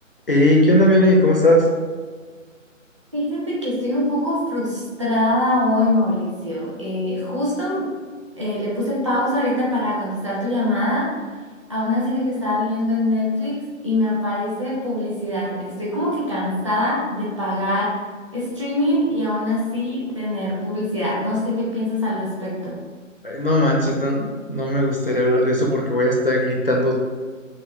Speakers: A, on the left; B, on the right.
A: Hey, ¿qué onda, Viene? ¿Cómo estás?
B: Fíjate que estoy un poco frustrada hoy, Mauricio. Eh, justo eh, le puse pausa ahorita para contestar tu llamada a una serie que estaba viendo en Netflix y me aparece publicidad. Estoy como que cansada de pagar streaming y aún así tener publicidad. No sé qué piensas al respecto.
A: Eh, No manches, no, no me gustaría hablar de eso porque voy a estar gritando